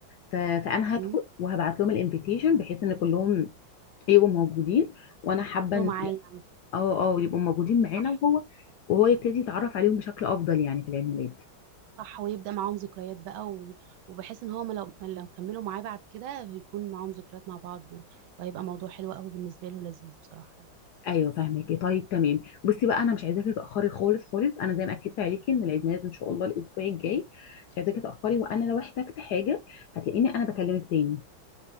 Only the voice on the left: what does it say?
ف- فانا
هدخل وهبعت لهم الانفيتيشن بحيث ان كلهم يبقوا موجودين وانا حابه
ان
اه اه يبقوا موجودين معانا
وهو وهو يبتدي يتعرف عليهم بشكل افضل يعني في العيد ميلاد
ايوه فاهمكي طيب تمام بصي بقى انا مش عايزاكي تاخري خالص خالص انا زي ما اكدت عليكي ان العيد ميلاد ان شاء الله الاسبوع الجاي مش عايزاكي تاخري وانا لو احتجت حاجه هتلاقيني انا بكلمك تاني